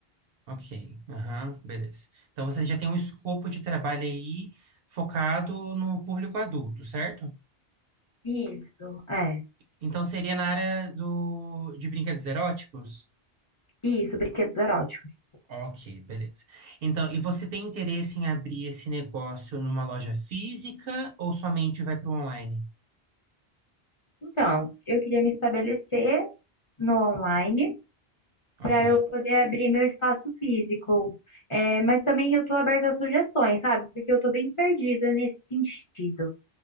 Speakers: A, on the right; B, on the left.
A: Ok. Aham, beleza. Então você já tem um escopo de trabalho aí focado no público adulto, certo?
B: Isso, é,
A: Então seria na área do, de brinquedos eróticos?
B: isso, brinquedos eróticos.
A: Ok, beleza. Então, e você tem interesse em abrir esse negócio numa loja física ou somente vai para o online?
B: Então, eu queria me estabelecer no online
A: Ok,
B: para eu poder abrir meu espaço físico. É, mas também eu estou aberta a sugestões, sabe? Porque eu estou bem perdida nesse sentido.